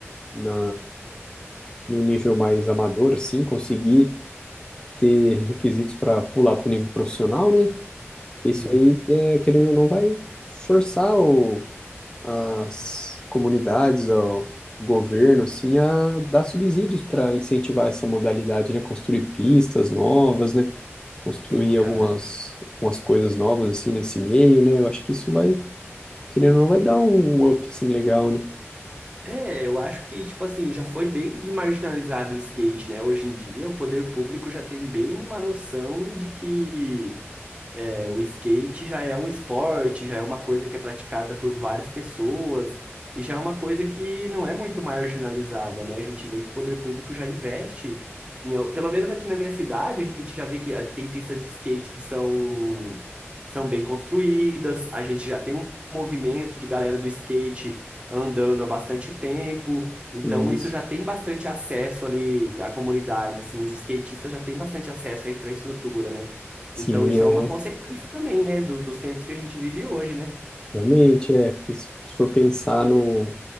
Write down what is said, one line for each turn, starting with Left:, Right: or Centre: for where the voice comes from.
Left: na, num nível mais amador, assim, conseguir ter requisitos para pular para o nível profissional, né? Que
Right: Sim,
Left: isso aí, é, querendo ou não, vai forçar o, as comunidades, o governo, assim, a dar subsídios para incentivar essa modalidade, né? Construir pistas novas, né? Construir
Right: sim, cara.
Left: algumas, algumas coisas novas, assim, nesse meio, né? Eu acho que isso vai, querendo ou não, vai dar um up, assim, legal, né?
Right: É, eu acho que, tipo assim, já foi bem desmarginalizado o skate, né? Hoje em dia, o poder público já tem bem uma noção de que é, o skate já é um esporte, já é uma coisa que é praticada por várias pessoas e já é uma coisa que não é muito marginalizada, né? A gente vê que o poder público já investe, em al- pelo menos aqui na minha cidade, a gente já vê que ah, tem pistas de skate que são, são bem construídas, a gente já tem um movimento de galera do skate andando há bastante tempo. Então,
Left: E
Right: isso
Left: isso,
Right: já tem bastante acesso ali à comunidade, assim, os skatistas já têm bastante acesso à infraestrutura, né?
Left: sim,
Right: Então, isso
Left: é
Right: é uma consequência também, né, do- dos tempos que a gente vive hoje, né?
Left: Realmente, é, porque se se for pensar no